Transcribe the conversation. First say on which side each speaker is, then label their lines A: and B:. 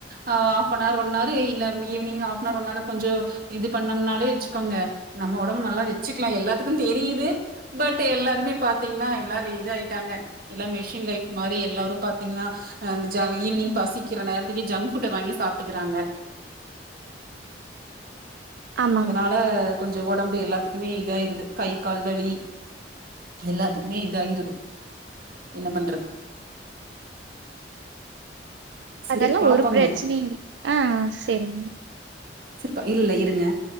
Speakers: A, on the right; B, on the right.
A: ஹாஃப்பனர் ஒன் அர் இல்ல ஈவினிங் ஹாஃப்னர் ஒன் அர் கொஞ்சோ இது பண்ணம்னாலே வெச்சுக்கோங்க நம்ம ஒடம்பு நல்லா வெச்சுக்லா எல்லாத்துக்குந் தெரியிது பட் எல்லாருமே பாத்தீங்ன்னா எல்லால இதாயி டாங்க எல்லா மெஷின் லைஃப் மாரி எல்லாரு பாத்தீங்ன்னா ந்த ஜ ஈவினிங் பசிக்கிற நேரத்துக்கி ஜங் ஃபுட்ட வாங்கி சாப்ட்டுக்கறாங்க
B: ஆமாங்
A: அதனால கொஞ்சோ ஒடம்பு எல்லாத்துக்குமே இதாயிருது கை கால் வலி எல்லாத்துக்குமே இதாயிருது என்ன பண்றது செரி
B: அதல்லா
A: பாப்போங்க
B: ஒரு பிரச்னையு இல் ஆ ஆ சேரிங்க
A: ப்ப இல்ல இருங்க